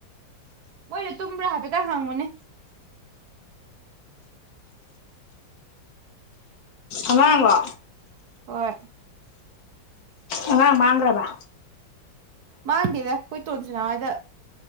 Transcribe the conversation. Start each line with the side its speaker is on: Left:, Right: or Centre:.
Right: ꯃꯣꯏꯗ ꯇꯨꯝꯕ꯭ꯔꯥ ꯍꯥꯏꯐꯦꯠꯇꯪ ꯍꯥꯡꯉꯨꯅꯦ
Left: ꯑꯉꯥꯡꯂꯣ
Right: ꯍꯣꯏ
Left: ꯑꯉꯥꯠ ꯃꯥꯥꯡꯒ꯭ꯔꯕ
Right: ꯃꯥꯡꯗꯦꯗ ꯀꯣꯏꯇꯣꯟ ꯁꯅꯥꯍꯣꯏꯗ